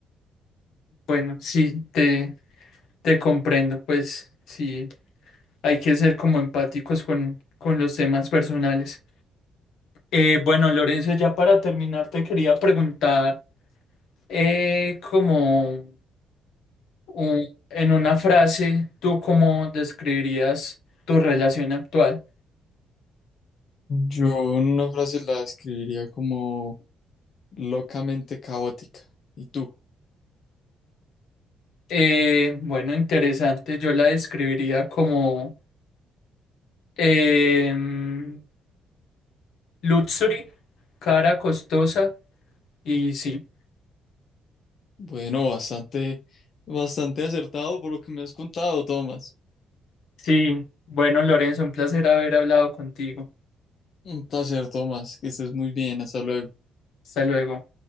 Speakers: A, on the left (about 75°); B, on the left (about 55°).
A: Bueno, sí, te, te comprendo, pues sí, hay que ser como empáticos con, con los temas personales. Eh, bueno, Lorenzo, ya para terminar te quería preguntar, eh, como un- en una frase, ¿tú cómo describirías tu relación actual?
B: Yo una frase la describiría como locamente caótica. ¿Y tú?
A: Eh, bueno, interesante. Yo la describiría como em, luxury, cara costosa y sí.
B: Bueno, bastante, bastante acertado por lo que me has contado, Tomás.
A: Sí, bueno, Lorenzo, un placer haber hablado contigo.
B: Un placer, Tomás, que estés muy bien. Hasta luego.
A: Hasta luego.